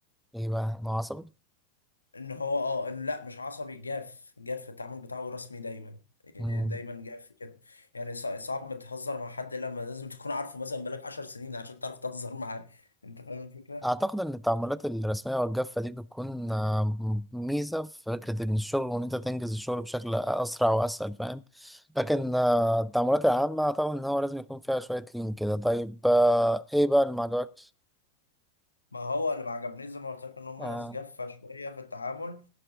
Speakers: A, in the centre; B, on the left (about 80°).
A: ايه بقى ما عصبي
B: ان هو اه ان لا مش عصبي جاف جاف في التعامل بتاعه رسمي دايما إيه،
A: مم.
B: دايما جاف كده يعني صع- صعب تهزر مع حد لما لازم تكون عارفه مثلا بقالك 10 سنين عشان تعرف تهزر معاه انت فاهم الفكره
A: اعتقد ان التعاملات الرسميه والجافه دي بتكون آه، م- ميزه في فكره ان الشغل وان انت تنجز الشغل بشكل اسرع واسهل فاهم لكن آه، التعاملات العامه اعتقد ان هو لازم يكون فيها شويه لين كده طيب آه، ايه بقى اللي ما عجبكش
B: ما هو اللي ما عجبنيش زي ما قلت لك ان هم
A: آه
B: ناس جافه شويه في التعامل